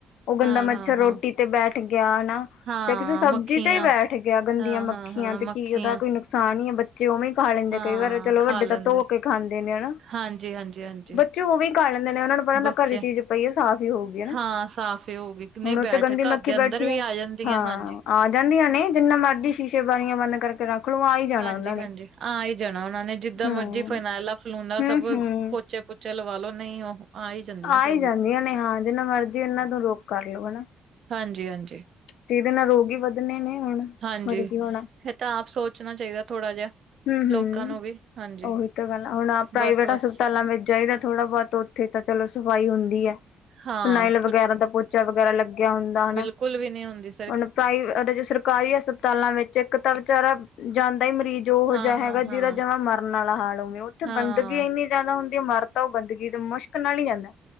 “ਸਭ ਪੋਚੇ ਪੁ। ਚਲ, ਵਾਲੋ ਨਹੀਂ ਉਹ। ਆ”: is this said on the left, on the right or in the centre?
Right